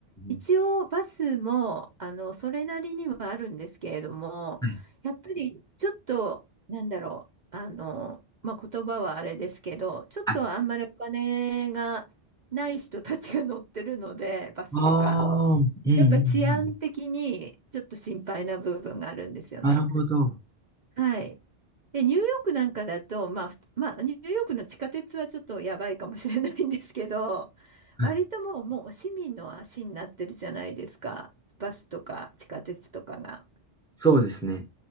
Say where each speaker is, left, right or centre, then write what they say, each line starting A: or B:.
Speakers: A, on the right (about 45°); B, in the centre.
A: 一応バスもあのそれなりにはあるんですけれどもやっぱりちょっとなんだろうあの、
B: んうんうん。
A: まあ、言葉はあれですけどちょっとあんまりお金がない人たちが乗ってるのでバスとか
B: はいああー、うんうんうん。
A: やっぱ治安的にちょっと心配な部分があるんですよね。
B: なるほど。
A: はいで、ニューヨークなんかだと、まあ、ふつまあ、ニューヨークの地下鉄はちょっとやばいかもしれないんですけど、<laughs>
B: はい。
A: 割ともう、もう市民の足になってるじゃないですか。バスとか地下鉄とかが。
B: そうですね。